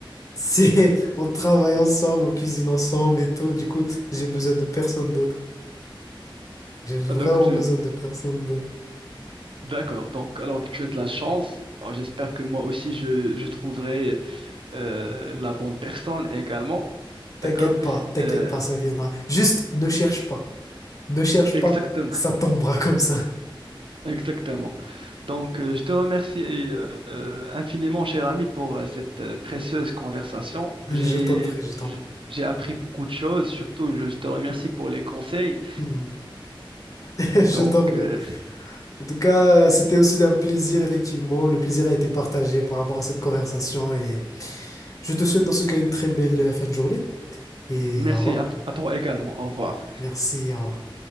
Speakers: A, on the left; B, on the right.
A: C'est <laughs> on travaille ensemble, on cuisine ensemble et tout. Du coup, j'ai besoin de personne d'autre. J'ai vraiment
B: Donc, tu-
A: besoin de personne d'autre.
B: D'accord. Donc, alors, tu as de la chance. Alors, J'espère que moi aussi, je, je trouverai euh, la bonne personne également.
A: T'inquiète
B: D'accord?
A: pas, t'inquiète
B: Euh,
A: pas, ça viendra. Juste ne cherche pas. Ne cherche
B: exactement.
A: pas, ça tombera comme ça.
B: <laughs> Exactement. Donc, euh, je te remercie euh, euh, infiniment, cher ami, pour euh, cette euh, précieuse conversation.
A: Je
B: J'ai,
A: t'en prie, je t'en
B: j-
A: prie.
B: j'ai appris beaucoup de choses. Surtout, je te remercie pour les conseils.
A: Hmm. <laughs> Je
B: Donc,
A: t'en prie.
B: euh,
A: En tout cas, euh, c'était aussi d'un plaisir, effectivement. Le plaisir a été partagé par rapport à cette conversation et je te souhaite dans ce cas une très belle euh, fin de journée et
B: merci
A: au revoir.
B: à à toi également. Au revoir.
A: Merci, au revoir.